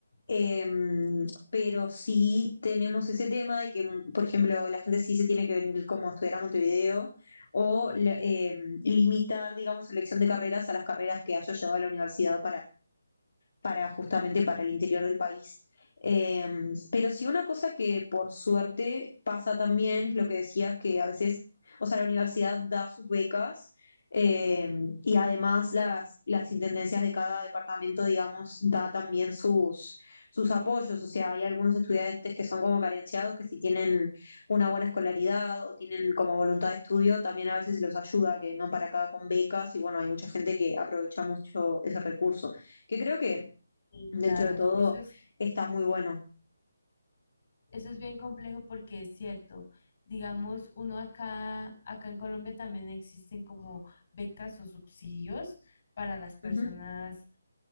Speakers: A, on the left; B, on the left.
A: Em, pero sí tenemos ese tema de que, mm, por ejemplo, la gente sí se tiene que venir como a estudiar a Montevideo o la- em, limitar, digamos, su elección de carreras a las carreras que haya llevado a la universidad para justamente para el interior del país. Eh, pero sí una cosa que por suerte pasa también es lo que decías, que a veces, o sea, la universidad da sus becas eh, y además las, las intendencias de cada departamento, digamos, da también sus, sus apoyos. O sea, hay algunos estudiantes que son como carenciados, que si tienen una buena escolaridad o tienen como voluntad de estudio, también a veces se los ayuda a que vengan para acá con becas y bueno, hay mucha gente que aprovecha mucho ese recurso que creo que
B: Sí,
A: dentro
B: claro,
A: de todo
B: eso es,
A: está muy bueno.
B: eso es bien complejo porque es cierto. Digamos, uno acá, acá en Colombia también existen como becas o subsidios para las personas
A: Ujú,